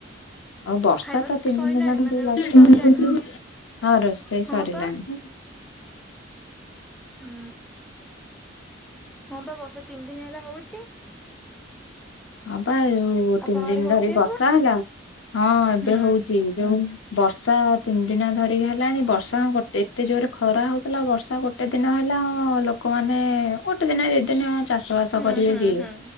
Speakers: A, on the left (about 70°); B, in the centre.
A: ଆଉ ବର୍ଷା
B: ଖାଇବା
A: ତ
B: ସବୁ
A: ତିନି
B: ସଇଲାଣି
A: ଦିନ ହେଲା
B: ମାନେ ରୋଷେଇ
A: ଲାଗିକି
B: ସଇଲାଣି?
A: ରହିଛି। ହଁ ରୋଷେଇ
B: ହଁ
A: ସରିଲାଣି।
B: ପା ହୁଁ, ହଁ ପା ବର୍ଷା ତିନି ଦିନ ହେଲା ହୋଉଚି।
A: ହଁ ପା ଯୋଉ
B: ଆପଣଙ୍କ
A: ତିନି ଦିନ
B: ଆଡେ ହଉଛି
A: ଧରି
B: ଏବେ
A: ବର୍ଷା ହେଲା ହଁ ଏବେ
B: ହୁଁ
A: ହୋଉ ଚି ଯୋଉ ବର୍ଷା ତିନି ଦିନ ଧରିକି ହେଲାଣି ବର୍ଷା ଗୋଟେ ଏତେ ଜୋରେ ଖରା ହୋଉଥିଲା ବର୍ଷା ଗୋଟେ ଗୋଟେ ଦିନ ହେଲା ହଁ ଲୋକମାନେ ଗୋଟେ ଦିନ ଦି ଦିନ ଚାଷ ବାସ
B: ହୁଁ
A: କରିବେ
B: ହୁଁ
A: କି
B: ହୁଁ